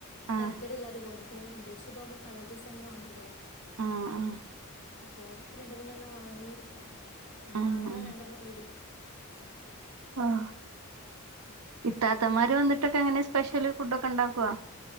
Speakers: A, on the right; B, on the left.
A: ആഹ്
B: തരക്കേട് ഇല്ലാതെ പോയേ ഇറന്റേൺഷിപ്പ ആകുമ്പോ കളർ ഡ്രസ് എന്നെവാണല്ലോ?
A: ആഹ് ആഹ്
B: പോർക് രണ്ട് മൂന്നെണ്ണം വാങ്ങി ഇനി
A: ആഹ്
B: വാങ്ങണം
A: ആഹ്
B: രണ്ടെണ്ണം കൂടി
A: ആഹ് ഇത്താത്തമാര് വന്നിട്ടൊക്കെ എങ്ങനെ സ്പെഷ്യല് ഫുഡ് ഒക്കെ ഉണ്ടാക്കോ